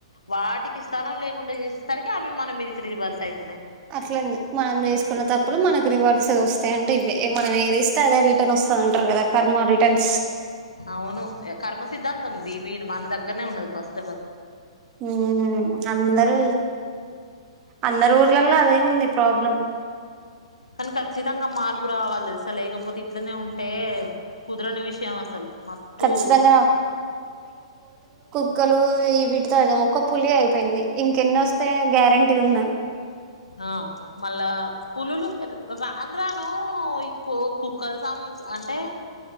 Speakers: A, on the left; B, on the right.
A: వాటికి స్టా లేకుండా చేసేసరికి అవి మన మీదకి రివర్స్ అయితున్నాయి
B: అట్లంది మనం చేసుకున్న తప్పులు మనకి రివర్స్ వస్తాయి అంటే ఇవే మనమే అద్ అదే రిటన్ వస్తుంది అంటారు కదా కర్మ రిటర్న్స్
A: అవును కర్మ సిద్ధాంతం ఉంది వీడు మన దగ్గరనే ఉన్నది ఫస్ట్ ఆఫ్ ఆల్
B: ఉమ్ అందరు అందరు ఊర్లలో అదే ఉంది ప్రాబ్లం
A: కానీ ఖచ్చితంగా మార్పు రావాలి తెలుసా లేకపోతే అట్లనే ఉంటే కుదరని విషయం అసలు మస్తు
B: ఖచ్చితంగా ముక్కలు ఈ వీటితో అం ఒక్క పులి అయిపోయింది ఇంకెన్న వస్తే గ్యారంటీ ఉంద
A: ఆ మళ్ళా పులులు రాను రాను ఈ కో కు గాసామ్స్ అంటే